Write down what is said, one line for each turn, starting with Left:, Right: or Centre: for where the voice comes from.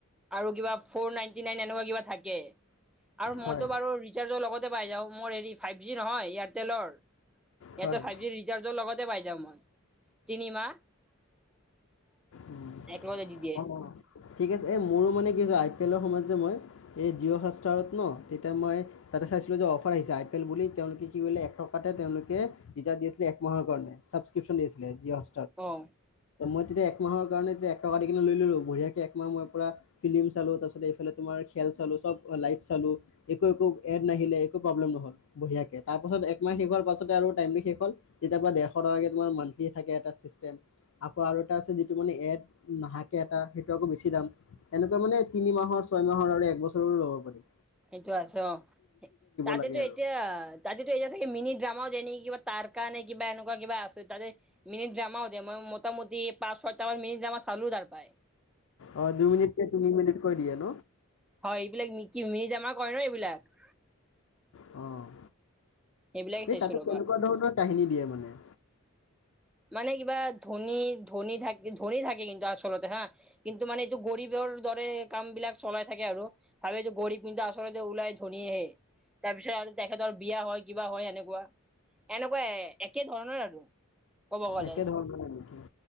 Centre: আৰু কিবা ফৌৰ নাইনটি নাইন এনেকা কিবা থাকে। আৰু মইতো
Left: হয়
Centre: বাৰু ৰিচাৰ্জৰ লগতে পাই যাওঁ, মোৰ হেৰি ফাইভ জি নহয়, এয়াৰটেলৰ ইয়াতে
Left: হয়
Centre: ফাইভ জিৰ ৰিচাৰ্জৰ লগতে পাই যাওঁ মই। তিনিমাহ।
Left: উম,
Centre: একেলগে দি দিয়ে।
Left: অ অ ঠিক আছে, এই মোৰো মানে কি হৈছে আই পি এলৰ সময়ত যে, মই এই জিঅ' হষ্টাৰত ন' তেতিয়া মই তাতে চাইছিলোঁ যে, অফাৰ আহিছে আই পি এল বুলি তেওঁলোকে কি কৰিলে এক টকাতে তেওঁলোকে ৰিচাৰ্জ দিছিলে এক মাহৰ কাৰণে চাবক্ৰিপচন দি আছিলে জিঅ' <unintelligible>
Centre: অ'।
Left: ত' মই তেতিয়া একমাহৰ কাৰণে এক টকা দি কেনে লৈ ল'লো বঢ়িয়াকে একমাহ মই পুৰা ফিল্মিম চালোঁ, তাৰপিছত এইফালে তোমাৰ খেল চালোঁ, চব লাইভ চালোঁ, একো, একো এড নাহিলে প্ৰব্লেম নহ'ল, বঢ়িয়াকে তাৰ পাছত একমাহ শেষ হোৱাৰ পাছত আৰু ট শষ হ'ল যেতি দেৰশ টোৰ <inaudible> থাকে এটা চিষ্টেম আকৌ আৰু এটা আছে যিটো মানে এড নাহাকে এটা সেইটো আকৌ বেছি দাম। এনেকুৱা মানে তিনি মাহৰ ছয় মাহৰ আৰু এক বছৰৰো ল'ব পাৰিম।
Centre: সেইটো আছে অ'। তাতেতো
Left: লাগে আৰু
Centre: এতিয়া অ, তাতেতো এতিয়া চাগে মিনি ড্ৰামাও যাই নেকি কিবা তাৰ কাৰণে কিবা এনেকুৱা কিবা আছে তাতে মিনিট ড্ৰামাও দে মই মোটামুটি পাঁচ, ছয়টা মান মিনিট ড্ৰামা চালো তাৰ পায়।
Left: অ, দুই মিনিট কে তিনি মিনিট কৈ দিয়ে ন'
Centre: হয় এইবিলাক মিকি মিনি জামা কৰে ন' এইবিলাক।
Left: অ',
Centre: সেইবিলাকে চাইছো
Left: এই তাতো
Centre: ৰ'বা
Left: কেনেকুৱা ধৰণৰ কাহিনী দিয়ে মানে।
Centre: মানে কিবা ধনী-ধনী থাক ধনী থাকে কিন্তু আচলতে হা কিন্তু মানে এইটো গৰীবৰ দৰে কাম বিলাক চলাই থাকে আৰু ভাবে যে গৰিব কিন্তু আচলতে ওলাই ধনীয়েহে। তাৰ পিছত আৰু তেখেতৰ বিয়া হয় কিবা হয় এনেকুৱা। এনেকুৱা এ একে ধৰণৰ আৰু। ক'ব গ'লে
Left: একে ধৰণৰ নেকি?